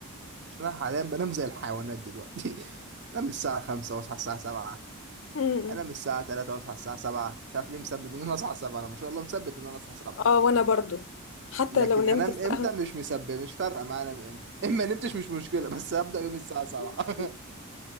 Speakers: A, on the right; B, on the left.
A: عشان انا حاليا بنام زي الحيوانات دلوقتي <laughs> انام الساعه 5 واصحى الساعه 7
B: مم.
A: انام الساعه 3 واصحى الساعه 7 مش عارف ليه مثبت ان انا اصحى 7 انا ما شاء الله مثبت ان انا اصحى 7
B: اه وانا برضو حتى
A: لكن
B: لو نمت
A: انام
B: الساعة
A: امتى مش مثبت مش فارقه معايا انام امتى اما نمتش مش مشكله بس هبدا يومي الساعه 7
B: <laughs>
A: <laughs>